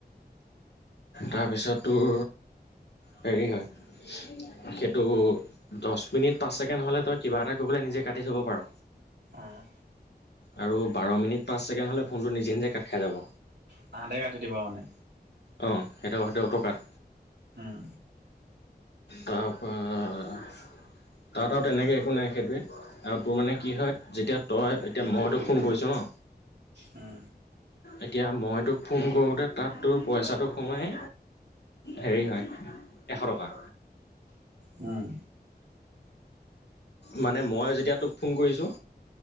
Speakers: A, on the left (about 80°); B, on the right (about 85°).
A: তাৰপিছত তোৰ হেৰি হয় সেইটো দহ মিনিট পাঁচ ছেকেণ্ড হ'লে তই কিবা এটা কৰিবাই নিজে কাটি থ'ব পাৰ
B: আহ
A: আৰু বাৰ মিনিট পাঁচ ছেকেণ্ড হ'লে ফোনটো নিজে নিজে কাট খাই যাব
B: তহাঁতে কাটি দিবা মানে
A: অঁ সেইটো সতে অটকাত
B: উম
A: তাৰপ তাতাত আৰু তেনেকে একো নাই সেইটোৱে আৰু তোৰ মানে কি হয় যেতিয়া তই এতিয়া মইতো ফোন কৰিছো ন
B: উম।
A: এতিয়া মই তোক ফোন কৰোঁতে তাত তোৰ পইচাটো সোমাই। হেৰি হয় এশ টকা।
B: উম।
A: মানে মই যেতিয়া তোক ফোন কৰিছোঁ।